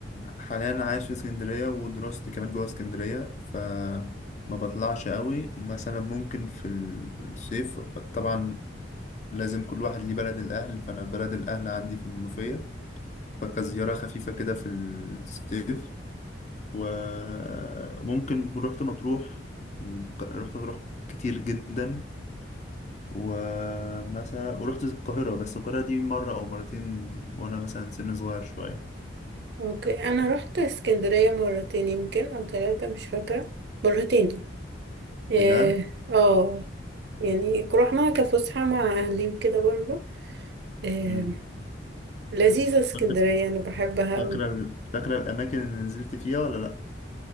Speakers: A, on the left; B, on the right.
A: ح- حاليا عايش في اسكندريه ودراستي كمان جوه اسكندريه فما بطلعش قوي مثلا ممكن في الصيف طبعا لازم كل واحد ليه بلد الاهل فانا بلد الاهل عندي في المنوفيه فكزياره خفيفه كده في الصيف وممكن رحت مطروح ورحت مطروح كتير جدا ومثلا ورحت القاهرة بس القاهرة دي مرة أو مرتين وأنا مثلا سن صغير شوية
B: ممكن انا رحت اسكندرية مرتين يمكن او ثلاثة مش فاكرة مرتين
A: بجد؟
B: اه آه، يعني رحنا كفسحة مع اهلي كده برضو آه
A: مم.
B: لذيذة اسكندرية
A: فاكرة
B: انا بحبها
A: فاكرة فاكرة الأماكن اللي نزلت فيها ولا لأ؟